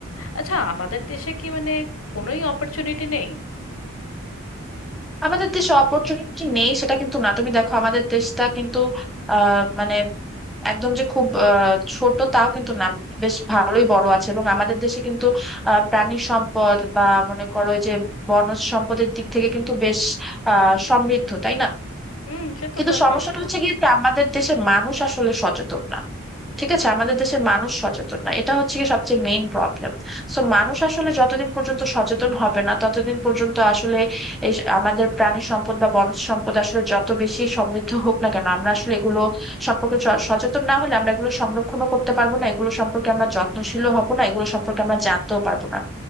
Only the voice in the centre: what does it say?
আমাদের দেশে অপরচুনিটি নেই সেটা কিন্তু না তুমি দেখো আমাদের দেশটা কিন্তু আহ মানে একদম যে খুব আহ, ছোট তাও কিন্তু না বেশ ভালোই বড় আছে এবং আমাদের দেশে কিন্তু আহ, প্রাণী সম্পদ বা মনে করো এই যে বনজ সম্পদের দিক থেকে কিন্তু বেশ আহ সমৃদ্ধ তাই না
কিন্তু
সমস্যাটা হচ্ছে কি যে আমাদের দেশের মানুষ আসলে সচেতন না ঠিক আছে আমাদের দেশের মানুষ সচেতন না এটা হচ্ছে কি সবচেয়ে মেইন প্রবলেম সো মানুষ আসলে যতদিন পর্যন্ত সচেতন হবে না ততদিন পর্যন্ত আসলে এই স- আমাদের প্রাণী সম্পদ বা বনজ সম্পদ আসলে যত বেশি সমৃদ্ধ হোক না কেন আমরা আসলে এগুলো সম্পর্কে স- সচেতন না হলে আমরা এগুলো সংরক্ষণও করতে পারবো না এগুলো সম্পর্কে আমরা যত্নশীলও হব না এগুলো সম্পর্কে আমরা জানতেও পারবো না